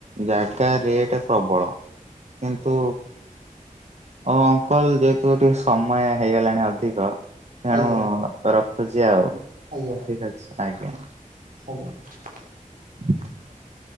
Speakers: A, on the right; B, on the right.
A: ଜାଗା ରେଟ୍ ପ୍ରବଳ କିନ୍ତୁ। ଓ ଅଙ୍କଲ ଯେହେତୁ ଟିକେ ସମୟ ହେଇଗଲାଣି ଅଧିକ ତେଣୁ
B: ଆଜ୍ଞା
A: ରଖୁଛି ଆଉ ଠିକ
B: ଆଜ୍ଞା
A: ଅଛି ଆଜ୍ଞା।
B: <unintelligible>
A: <inaudible>